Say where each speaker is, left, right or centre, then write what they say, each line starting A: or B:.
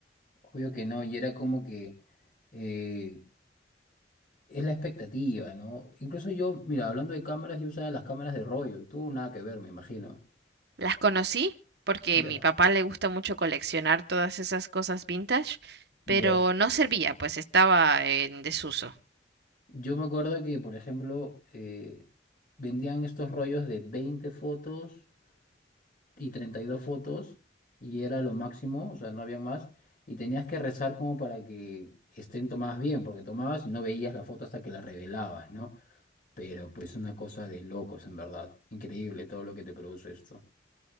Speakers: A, on the left; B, on the right.
A: Obvio que no. Y era como que eh, es la expectativa, ¿no? Incluso yo, mira, hablando de cámaras, yo usaba las cámaras de rollo. Tú nada que ver, me imagino.
B: Las conocí porque
A: Ya,
B: mi papá le gusta mucho coleccionar todas esas cosas vintage, pero
A: ya.
B: no servía, pues estaba en desuso.
A: Yo me acuerdo que, por ejemplo, eh, vendían estos rollos de 20 fotos y 32 fotos y era lo máximo, o sea, no habían más. Y tenías que rezar como para que estén tomadas bien, porque tomabas y no veías la foto hasta que la revelabas, ¿no? Pero pues una cosa de locos, en verdad. Increíble todo lo que te produce esto.